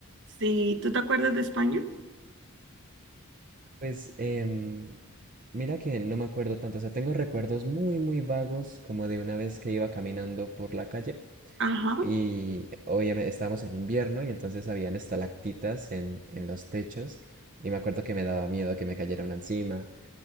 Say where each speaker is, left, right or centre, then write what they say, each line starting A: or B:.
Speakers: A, on the right (about 55°); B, on the right (about 35°).
A: Sí, ¿tú te acuerdas de España?
B: Pues em, mira que no me acuerdo tanto, o sea, tengo recuerdos muy, muy vagos como de una vez que iba caminando por la calle
A: Ajá.
B: y obviamente estábamos en invierno y entonces habían estalactitas en, en los techos y me acuerdo que me daba miedo que me cayera una encima